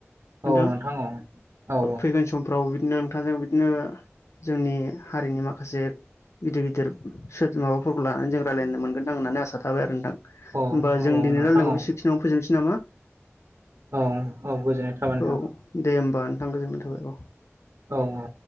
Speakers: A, on the right; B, on the left.
A: औ
B: नोंथां
A: औ औ
B: फैगोन समफ्राव बिदिनो थां जों बिदिनो जोंनि हारिनि माखासे गिदिर गिदिर सोर माबाफोरखौ लानानै जों रायलायनो मोनगोनदां होननानै आसा थाबाय आरो नोंथां । ओमबा
A: औ औ
B: जों
A: औ
B: दिनै
A: नोंथां
B: रायलायनायखौ
A: औ
B: बेसिखिनिआवनो फोजोबनोसै नामा?
A: औ औ गोजोननाय थाबाय नोंथां
B: औ दे होमबा नोंथां गोजोननाय थाबाय अ
A: औ अ